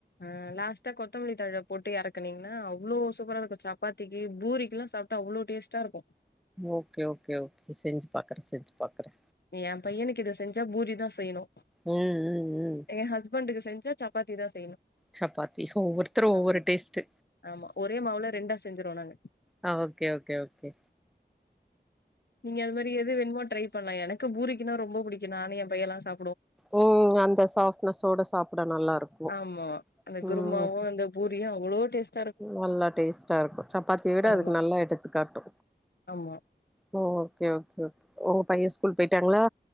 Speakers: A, on the left; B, in the centre.
A: ஆ லாஸ்டா கொத்தமல்லி தழ போட்டு எறக்குனுங்கின்னா அவ்வளோ சூப்பரா இருக்கு சப்பத்திக்கு பூரிக்கெல்லா சாப்ப ட அவ்வளோ டேஸ்டா இருக்கு
B: ஓக்கே ஓக்கே ஓக்கே செஞ்சு பாக்குறே செஞ்சு பாக்குறே
A: எ பையனுக்கு இத செஞ்சா பூரிதா செய்யணு
B: உம் உம் உம்
A: எ ஹஸ்பண்ட்க்கு செஞ்சா சப்பாத்தி தா செய்ணு
B: சப்பாத்தி ஒவ்வொருத்தரு ஒவ்வொரு
A: ஆமா
B: டேஸ்ட்டு
A: ஆமா ஒரே மாவுல ரெண்டா செஞ்சிருவோ நாங்க
B: ஆ ஓக்கே ஓக்கே ஓக்கே
A: நீங்க அந்த மாரி எது வேணுமோ டிரை பண்ணலா எனக்கு பூரிக்குன ரொம்ப பிடிக்கு நானு என் பைய எல்லா சா
B: ஓ அந்த சாப்டனஸ்ஸோட சாப்பிட நல்லா இருக்கு
A: ஆமா அந்த
B: உம்
A: குருமாவு அந்த பூரியு அவ்ளோ டேஸ்ட்
B: நல்லா டேஸ்ட்டா இருக்கு சப்பாத்திய விட
A: ஆமா
B: அதுக்கு நல்லா எடுத்துக்காட்டு
A: ஆமா
B: ஓ ஓக்கே ஓக்கே கே உங்க பைய ஸ்கூல் போயிட்டாங்களா